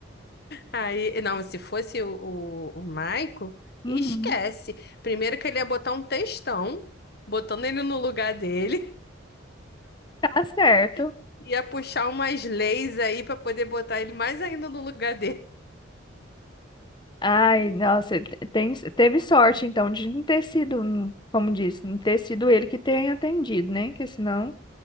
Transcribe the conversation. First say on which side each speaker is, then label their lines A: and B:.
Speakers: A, on the left; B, on the left.
A: Aí, não, se fosse o, o, o Maico,
B: Uhum,
A: esquece. Primeiro que ele ia botar um textão, botando ele no lugar dele,
B: tá certo.
A: <laughs> ia puxar umas leis aí pra poder botar ele mais ainda no lugar dele.
B: Ai, nossa, ele te- tem, teve sorte então de não ter sido, hum, como disse, não ter sido ele que tenha atendido, né? Que senão.